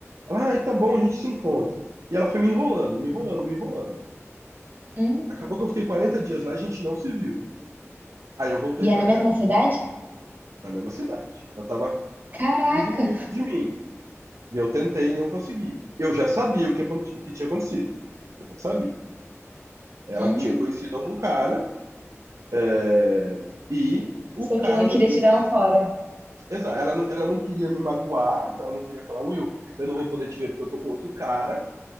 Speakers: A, on the right (about 75°); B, on the right (about 35°).
A: Ela, ah, tá bom, a gente se encontra. E ela foi me enrolando, me enrolando, me enrolando.
B: Hum?
A: Acabou que eu fiquei 40 dias lá, e a gente não se viu. Aí eu voltei
B: E
A: pra
B: é na
A: cá,
B: mesma cidade?
A: na mesma cidade. Ela tava
B: Caraca!
A: 15 minutos de mim. E eu tentei e não consegui. Eu já sabia o que, aconte- o que tinha acontecido. Eu já sabia. Ela
B: Hum.
A: tinha conhecido algum cara, é, e o
B: Isso
A: cara
B: aqui não
A: não
B: queria
A: queria.
B: te dar um fora.
A: Exato, ela não, ela não queria me magoar, então ela não queria falar, Will, eu não vou poder te ver porque eu tô com outro cara,